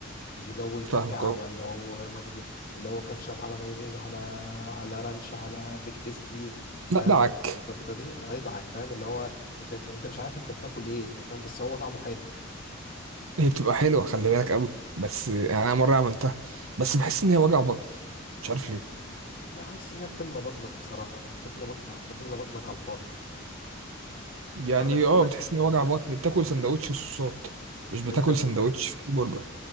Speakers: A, on the left; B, on the right.
A: مش جو الكلكعه
B: فاهمك أهو
A: بقى اللي هو مجد اللي هو كاتشب على مايونيز على على رانش على بيك تيستي
B: لا
A: فاهم
B: دعك
A: عارف الخلطبيطه دي هيضحك فاهم اللي هو انت بتح... انت مش عارف انت بتاكل ايه انت فاهم بس هو طعمه حلو
B: هي بتبقى حلوة خلي بالك قوي بس يعني أنا مرة عملتها بس بحس إن هي وجع بطن مش عارف
A: مم،
B: ليه
A: بحس انها بتملى بطنك بصراحه يعني بتملى بطنك بتملى بطنك على الفاضي
B: يعني
A: انا اسالك
B: أه بتحس
A: سؤال.
B: إن هي وجع بطن بتاكل سندوتش صوصات مش بتاكل
A: انت ب...
B: سندوتش في برجر